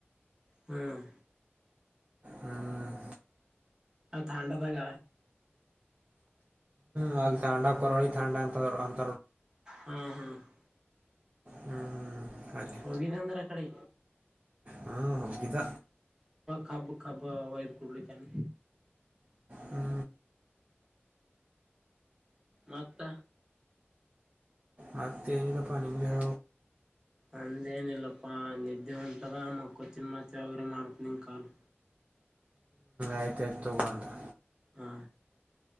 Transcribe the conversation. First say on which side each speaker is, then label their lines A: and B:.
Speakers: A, on the right; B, on the right.
A: ಹ್ಮ್
B: ಹ್ಞೂ
A: ಥಾಂಡಾ ಭಾಗ
B: ನ ಥಂಡಡ ಕರೋಡಿ ಥಂಡ ಅಂತ ದರ
A: ಹ್ಮ್ ಹ್ಮ್ ಹ
B: ಹ್ಞೂ ಅಲ್ಲಿ
A: ಹೋಗಿಗಂದಾರ ಆ ಕಡೆ
B: ಹ್ಞೂ ಹೋಗಿದ್ದ
A: ಹಬ ಹಬ್ಬ ವಯದು ಕೊಡ್ಲಿಕ್ಕೆನೆ
B: ಹ್ಞೂ
A: ಮಕ್ತ
B: ಮತ್ತೆ ಅಿದ ಪ ನಿ ಹ
A: ಅಂದೇನ ಇಿಲ್ಲಪ್ಪಾ ನಿದ್ದೆ ಉಂಟಾರ ಮಕ್ಕಚ್ಚಿನ ಮತ್ತೆ ಯೋಗ್ರ ಮಾಡ್ತನಂಗ ಕಾಲು
B: ಆಯ್ತಾಯ್ು ತಗೋೊಂಡೆ
A: ಹಾ